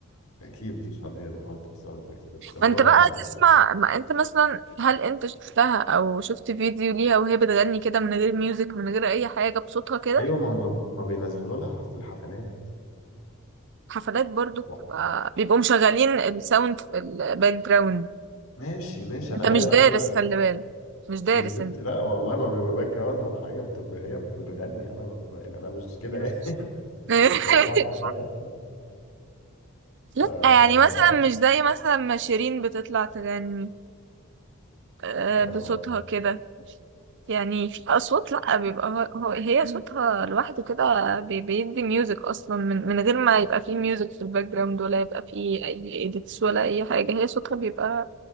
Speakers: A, on the left; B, on the right.
A: أكيد مفيش حد يعني بيحط ساوند افكتس بس هو
B: ما انت
A: يعني
B: بقى تسمع ما انت مثلا هل انت شفتها او شفت فيديو ليها وهي بتغني كده من غير ميوزك من غير اي حاجة بصوتها كده
A: أيوة ما ما ما بينزلوا لها في الحفلات
B: حفلات برضو
A: طبعا
B: بتبقى بيبقوا مشغلين الساوند في الباك جراوند
A: ماشي ماشي أنا
B: انت
A: عارف
B: مش دارس
A: أكيد أنا مش
B: خلي بالك مش دارس
A: يا ستي
B: انت
A: لا والله ما بيبقى باك جراوند ولا حاجة بتبقى هي بتغني أنا ببقى يعني أنا مش كده
B: <laughs>
A: يعني. مش هيضحك عليا بقى.
B: لا
A: فلا
B: يعني مثلا مش زي مثلا ما شيرين بتطلع تغني آه،
A: آه،
B: بصوتها كده يعني في أصوات لأ بيبقى هو هو- هي صوتها لوحده كده بي- بيدي ميوزك أصلا من, من غير ما يبقى فيه ميوزك في الباك جراوند ولا يبقى فيه أي إيديتس ولا أي حاجة هي صوتها بيبقى